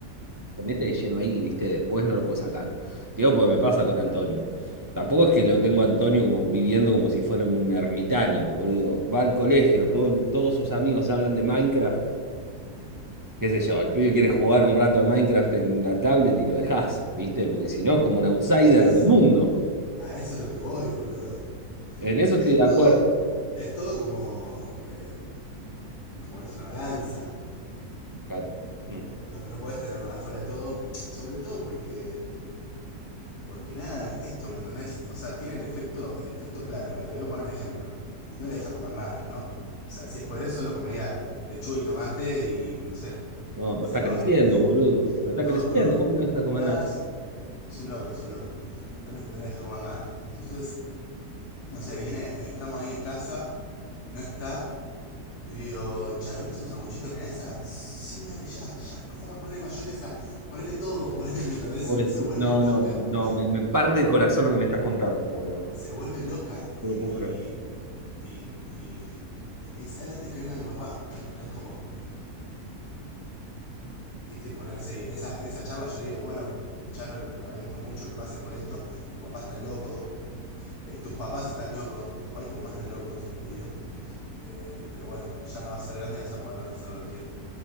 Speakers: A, on the right; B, on the left.
A: se mete de lleno ahí, ¿viste? Después no lo puedo sacar. Te Digo, porque me pasa con Antonio. Tampoco es que lo tengo a Antonio como viviendo como si fuera un ermitaño, boludo. Va al colegio, todo- todos sus amigos hablan de Minecraft. Qué sé yo, el pibe quiere jugar un rato al Minecraft en la tablet y lo dejás, ¿viste? Porque si no es como un outsider
B: A, es-
A: del mundo.
B: a eso es lo que voy, boludo.
A: En eso
B: Es
A: estoy de acuerdo.
B: todo, es todo como, eh, como es una balanza.
A: Claro. Mm.
B: No, no podés tenerla fuera de todo. Sobre todo porque, porque nada, esto, ¿me entendés? O sea, tiene el efecto, el efecto claro. Mira, te lo voy a poner ejemplo. No le deja comer nada, ¿no? O sea, si es por él, solo comería lechuga y tomate y, no sé,
A: No, pero
B: y
A: está
B: zanahoria,
A: creciendo,
B: ¿viste?
A: boludo. Pero está
B: Todo
A: creciendo.
B: crudo.
A: ¿Cómo no deja comer
B: Ah,
A: nada?
B: es- Es un loco, es un loco. No le, no le deja comer nada. Entonces, no sé, viene, estamos ahí en casa, no está. Y le digo, Charo, ¿querés un sanguchito de milanesa? Sí, dale ya, ya, por favor, ponele mayonesa, ponele todo, <laughs> ponele, ¿entendés?
A: Pobrecito.
B: Se, se vuelve
A: No,
B: loca,
A: no, no.
B: boludo.
A: Me, me parte el corazón lo que me estás contando, boludo.
B: Se vuelve loca.
A: No
B: Y,
A: lo puedo
B: y,
A: creer.
B: y, y, y me dice, dale antes que venga mi papá, ¿entendés? Como, viste, poner, no sé, y en esa, en esa charla yo le digo, bueno, Charo, lamento mucho que pases por esto, tu papá está loco, Eh, tus papás están locos, tu papá y tu mamá están locos, le digo. Eh, pero bueno, ya vas a ser grande y vas a poder hacer lo que quieras.